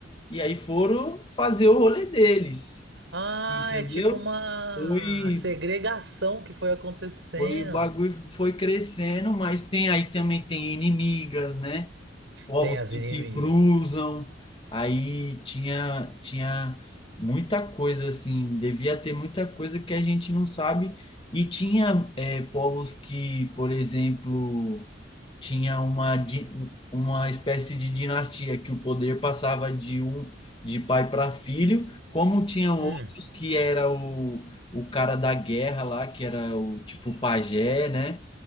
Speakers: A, on the left; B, on the right.
A: e aí foram fazer o rolê deles,
B: Ah,
A: entendeu?
B: é tipo uma
A: Foi,
B: segregação que foi acontecendo.
A: foi, o bagulho foi crescendo, mas tem aí também tem inimigas, né? povos
B: Tem as
A: que
B: inimigas.
A: se cruzam. Aí tinha tinha muita coisa assim, devia ter muita coisa que a gente não sabe. E tinha eh, povos que, por exemplo, tinha uma di- uma espécie de dinastia que o poder passava de um de pai para filho, como tinham
B: Hum,
A: outros que era o, o cara da guerra lá, que era o tipo pajé, né?